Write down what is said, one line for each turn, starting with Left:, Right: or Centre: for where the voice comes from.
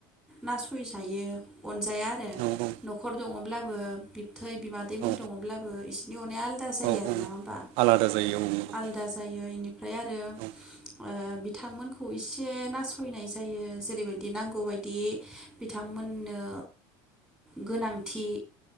Centre: नासयजायो अनजाया आरो
Right: नंगौ
Centre: नखर दङब्लाबो बिबथै बिमादैमोन
Right: औ
Centre: दङब्लाबो इसिनि अनाया आलादा जायो
Right: औ
Centre: आरो
Right: औ
Centre: नङा होमबा
Right: आलादा जायो औ औ
Centre: आलादा जायो इनि ओमफ्राय आरो
Right: औ
Centre: ओ बिथांमोनखौ इसे नासयनाय जायो जेरैबायदि नांगौ बाय दि बिथांमोननो गोनांथि